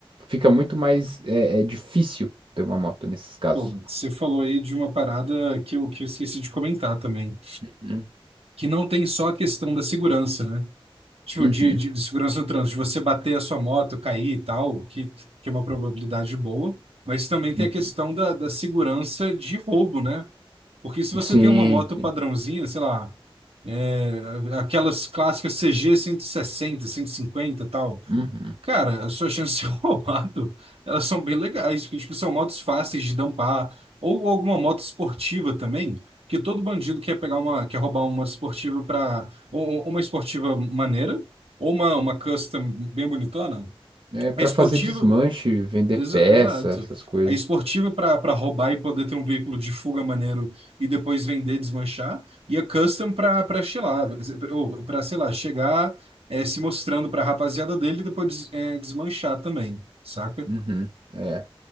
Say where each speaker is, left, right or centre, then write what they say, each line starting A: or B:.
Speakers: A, on the right; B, on the right.
A: fica muito mais é, é difícil ter uma moto nesses casos.
B: Pô, você falou aí de uma parada que eu, que eu esqueci de comentar também,
A: Uhum,
B: que não tem só a questão da segurança, né? Tipo,
A: uhum,
B: de, de, de segurança no trânsito, de você bater a sua moto, cair e tal, que, que é uma probabilidade boa, mas também tem
A: uhum.
B: a questão da, da segurança de roubo, né? Porque se você
A: Sim,
B: tem uma moto
A: sim.
B: padrãozinha, sei lá, é, aquelas clássicas CG 160, 150 e sessenta, cento e cinquenta e tal,
A: Uhum.
B: Cara, as suas chances de ser <laughs> roubado, elas são bem legais, porque, tipo, são motos fáceis de dampar, ou alguma moto esportiva também, que todo bandido quer pegar uma, quer roubar uma esportiva para ou ou uma esportiva maneira, ou uma, uma custom bem bonitona.
A: É para
B: É esportiva,
A: fazer desmanche, vender
B: Exa-
A: peça,
B: Exato.
A: essas coisas.
B: A esportiva para para roubar e poder ter um veículo de fuga maneiro e depois vender, desmanchar, e a custom para para chilar, ou para, sei lá, chegar é, se mostrando para a rapaziada dele e depois des- é, desmanchar também, saca?
A: Uhum. É.